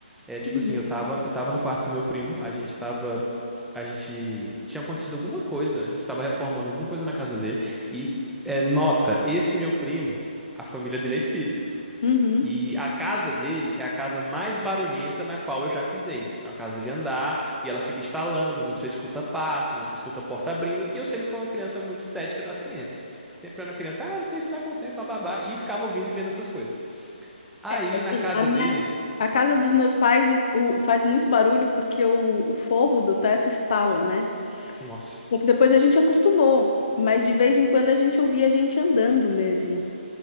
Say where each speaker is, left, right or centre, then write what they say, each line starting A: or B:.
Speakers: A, in the centre; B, on the left.
A: É tipo
B: Uhum.
A: assim, eu tava, eu tava no quarto com meu primo, a gente tava. A gente tinha acontecido alguma coisa, a gente tava reformando alguma coisa na casa dele. E é, nota, esse meu primo, a família dele é espírita.
B: Uhum.
A: E a casa dele é a casa mais barulhenta na qual eu já pisei. É uma casa de andar e ela fica estalando, você escuta passo, você escuta porta abrindo. E eu sempre fui uma criança muito cética da ciência. Sempre era uma criança, ah, não sei, isso não acontece, bababá. E ficava ouvindo e vendo essas coisas. Aí
B: É, é,
A: na
B: sim,
A: casa
B: a minha,
A: dele,
B: a casa dos meus pais est- o- faz muito barulho porque o, o forro do teto estala, né?
A: nossa,
B: Só que depois a gente acostumou, mas de vez em quando a gente ouvia a gente andando mesmo.